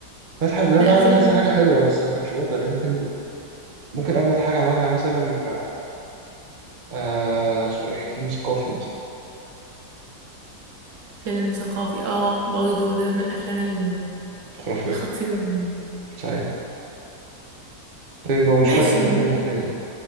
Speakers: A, on the right; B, on the right.
A: فتحي عبد الوهاب
B: من 2000
A: عمل كذا
B: لألفين واتنين.
A: حاجة حلوة بس ما كانش بطل يعني ممكن ممكن أجمد حاجة عملها مثلا آه اسمه إيه فيلم ثقافي مثلا
B: فيلم ثقافي اه برضه ده من الافلام ال-
A: خرافي
B: الخطيره يعني.
A: صحيح طيب لو مش
B: ماشي
A: فتحي
B: يعني
A: ممكن نحط مين